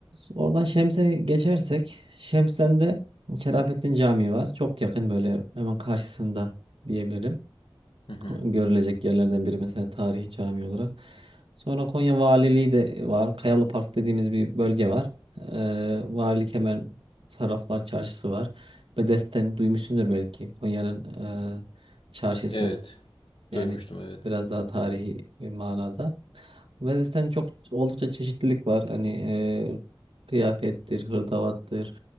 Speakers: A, on the right; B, on the left.
A: oradan Şems'e geçersek Şems'ten de Şerafettin Camii var. Çok yakın böyle hemen karşısında diyebilirim
B: Hı hı.
A: görülecek yerlerden biri mesela tarihi cami olarak. Sonra Konya Valiliği de var. Kayalı Park dediğimiz bir bölge var. Ee, Valilik hemen Sarraflar Çarşısı var. Bedesten duymuşsundur belki. Konya'nın e, çarşısı.
B: Evet.
A: Yani
B: Duymuştum evet.
A: biraz daha tarihi bir manada. Venice'ten çok oldukça çeşitlilik var. Hani e, kıyafettir, hırdavattır,